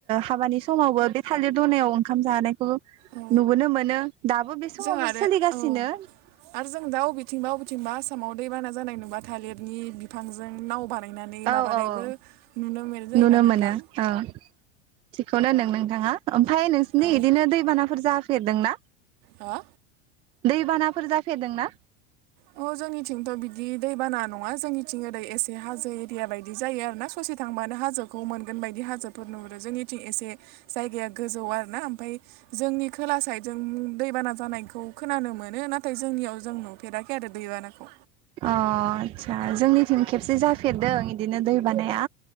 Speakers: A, on the right; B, on the right.
A: हाबानि समावबो बे थालिर दनायाव ओंखाम जानाय
B: औ
A: नुबोनो मोनो। दाबो बे समावबो
B: जों आरो
A: सोलिगासिनो।
B: औ आरो जों दा अबेथिंबा अबेथिंबा आसामाव दैबाना जानाय नुबा थालिरनि बिफांजों नाव बा नायनानै
A: औ
B: माबानायबो
A: औ
B: नुनो मोन्नाय जायोना
A: नुनो
B: नोंथां।
A: मोनो औ थिगखौनो होनदों नोंथाङा ओमफ्राय नोंसोरनि
B: औ
A: इदिनो दैबानाफोर जाफेरदोंना?
B: हा
A: दैबानाफोर जाफेरदों ना?
B: अ जोंनिथिंथ' बिदि दैबाना नङा, जोंनिथिं ओरै एसे हाजो या बायदि जायो आरोना ससे थांबानो हाजोखौ मोनगोन बायदि हाजोफोर नुहुरो जोंनिथिं एसे जायगाया गोजौ आरोना ओमफ्राय जोंनि खोला साइदजों दैबाना जानायखौ खोनानो मोनो ना नाथाय जोंनियाव जों नुफेराखै आरो दैबानाखौ।
A: अ आचसा जोंनिथिं खेबसे जाफेरदों इदिनो दै बानाया।